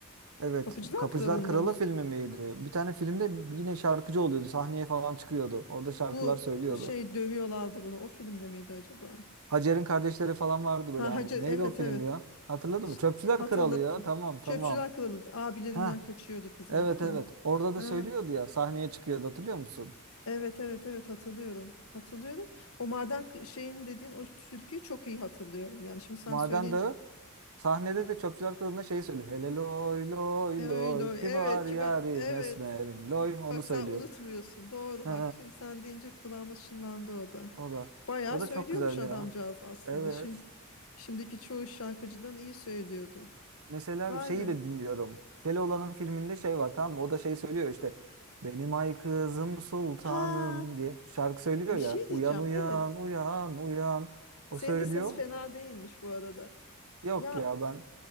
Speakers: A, on the right (about 85°); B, on the left (about 80°).
A: evet
B: Kapıcılar
A: Kapıcılar
B: Kralı'nda
A: Kralı
B: mı?
A: filmi miydi? Bir tane filmde yine şarkıcı oluyordu. Sahneye falan çıkıyordu. Orada şarkılar
B: Bu
A: söylüyordu.
B: şey dövüyorlardı bunu. O filmde miydi acaba?
A: Hacer'in kardeşleri falan vardı böyle
B: Ha
A: hani.
B: Hacı evet
A: Neydi o film
B: evet.
A: ya? Hatırladın
B: Ş-
A: mı? Çöpçüler
B: Hatırladım.
A: Kralı ya. Tamam tamam.
B: Çöpçüler Kralı abilerinden
A: Ha
B: kaçıyordu kızın
A: evet
B: değil mi?
A: evet. Orada
B: Ha,
A: da söylüyordu ya. Sahneye çıkıyordu hatırlıyor musun?
B: evet evet evet hatırlıyorum. Hatırlıyorum. O maden k- şeyin dediğin o türküyü çok iyi hatırlıyorum. Yani şimdi sen
A: Maden
B: söyleyince
A: Dağı sahnede
B: ha,
A: de Çöpçüler Kralı'nda şeyi söylüyor. Hele loy loy
B: e, öyle
A: loy
B: öyle.
A: kibar
B: Evet kibar.
A: yarim
B: Evet.
A: esmerim loy onu
B: Bak
A: söylüyor.
B: sen unutmuyorsun. Doğru
A: He,
B: bak. Şimdi sen deyince kulağıma çınlandı o da.
A: o da
B: Bayağı
A: o da
B: söylüyormuş
A: çok güzel
B: adamcağız
A: ya.
B: aslında.
A: Evet.
B: Şimdi şimdiki çoğu şarkıcıdan iyi söylüyordu.
A: Mesela
B: Vay
A: şeyi
B: be.
A: de dinliyorum. Keloğlan'ın filminde şey var tamam mı? O da şey söylüyor işte. Benim ay kızım sultanım
B: Ha,
A: diye şarkı söylüyor
B: bir
A: ya.
B: şey diyeceğim.
A: Uyan uyan
B: Evet.
A: uyan uyan. O
B: Senin
A: söylüyor.
B: de ses fena değilmiş bu arada.
A: Yok
B: Ya
A: ya ben